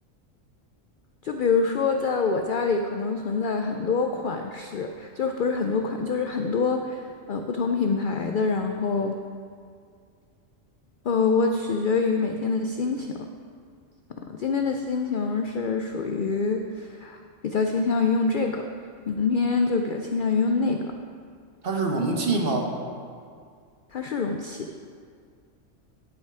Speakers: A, on the left; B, on the right.
A: 就比如说，在我家里可能存在很多款式，就是不是很多款，就是很多呃不同品牌的。然后呃，我取决于每天的心情。呃今天的心情是属于比较倾向于用这个，明天就比较倾向于用那个。
B: 它是容器吗？
A: 它是容器，